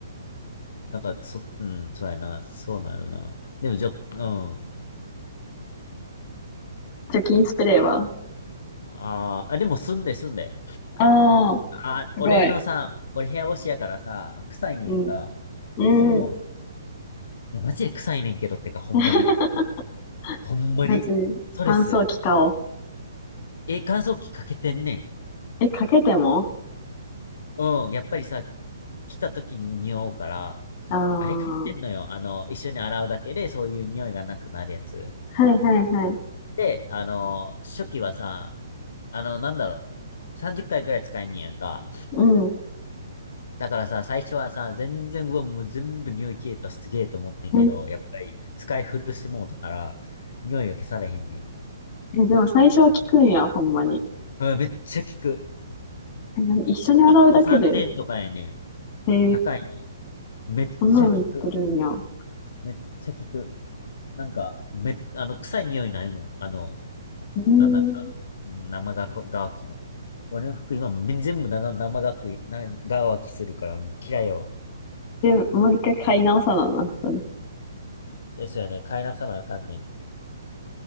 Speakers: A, on the left (about 65°); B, on the left (about 35°).
A: なんか、そ、うん、そうやな。そうなるな。でも、じょ、うん。
B: 除菌スプレーは
A: あーあ、でも住んで住んで。
B: ああー、
A: あー、俺のさ、
B: すごい。
A: 俺部屋干しやからさ、臭いねやんか。
B: うん、うん。
A: するもん。いや、マジで臭いねんけどってか、ほんまに。
B: <laughs>
A: ほんまに。
B: まず、
A: ストレス。
B: 乾燥機買おう。
A: え、乾燥機かけてんねん。
B: え、かけても
A: うん。やっぱりさ、来た時に匂うから、
B: ああー、
A: あれ買ってんのよ。あの、一緒に洗うだけで、そういう匂いがなくなるやつ。
B: はいはいはい。
A: で、あの、初期はさ、あの、なんだろう。30回くらい使えんねんやんか。
B: うん。
A: だからさ、最初はさ、全然、うわ、もう全部匂い消えた、すげえと思ってんけど、
B: え、
A: やっぱり使い古してもうたから、匂いが消されへんねん。
B: えでも最初は効くんや、ほんまに。
A: うん、めっちゃ効く。
B: え、な一緒に洗うだけで。
A: でも1個3000円とかやねん。
B: へえ、
A: 高い。めっちゃ効く。
B: そんなの作るんや。う
A: めっちゃ効く。なんか、め、あの、臭い匂いないもん。あの、
B: ーん。
A: あ、なんか、生がこ、がわきの。俺の服今、め全部生、生がくい、な、がわきするから、もう嫌いやわ。
B: で、もう一回買い直さなな、それ。
A: ですよね。買い直さなあかんねん。